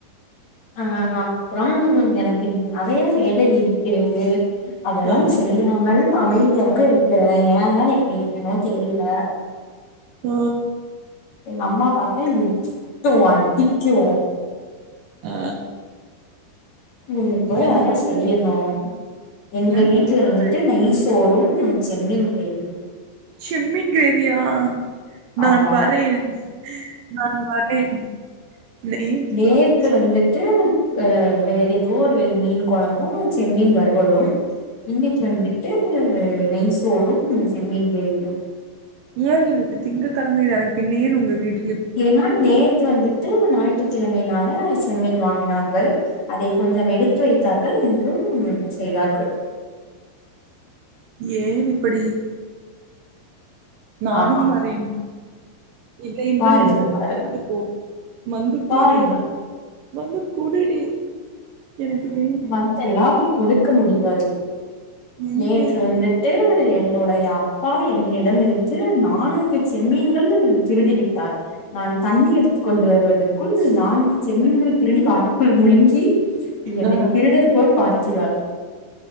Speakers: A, on the left (about 50°); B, on the right (about 70°).
A: அ அப்றம் எனக்கு நெறையா வேலை இருக்கிறது அதெல்லாம்
B: ஆ
A: செய்யாமல் அமைதியாக இருக்கறே ஏந்தா நா இப்பிடி இருக்கணோ தெரில
B: ஆ
A: எங்க அம்மா பாத்தா என்னய திட்டு அடிக்கு
B: ஆ
A: நீங்க போய்
B: எனக்கு
A: அதெல்லா சொல்லிர்ணு எங்க
B: எனக்கு
A: வீட்டுல
B: ஒரு
A: வந்துட்டு நெய் சோறும் செம்மீன் கிரேவியு
B: செம்மின் கிரேவியா நான்
A: ஆமா
B: வரேன் நான் வரேன் நெய் சோறு
A: நேற்று வந்துட்டு அ வேற எதோ ஒரு மீன் கொழம்பு செம்மீன் வறுவலும் இன்னைக்கு
B: ம்
A: வந்துட்டு நெய்சோறும் செம்மீன் கிரேவியு
B: ஏன் இன்னைக்கு திங்க கிழமை தான பின்ன ஏன் உங்க வீடு
A: ஏன்னா நேத்து வந்துட்டு ஞாயிற்றுக்கிழமைையினால செம்மீன் வாங்கினார்கள் அதை கொஞ்சம் எடுத்து வைத்தார்கள் இன்றும் செய்தார்கள்
B: ஏன் இப்படி நானும்
A: ஆமா
B: வரேன் இல்லை என்றால்
A: வாருங்கள்
B: எனக்கு ஊட்டிவிட்டு
A: வாருங்கள்
B: போ மந்துக்கொடு
A: வாருங்கள்
B: ஒன்னு குடுடி எனக்கு வேண்டும்
A: வந்தெல்லாம் குடுக்க முடியாது
B: எங்கள்து
A: நேற்று வந்துட்டு என்னுடைய அப்பா என்னிடமிருந்து நான்கு செம்மீன்கள் திருடி விட்டார் நான் தண்ணி எடுத்து கொண்டு வருவதற்குள் நான்கு செம்மீன்கள் திருடி வாய் குள் முழுங்கி என்னை
B: ஆ
A: திருடர் போர் பார்க்கிறால்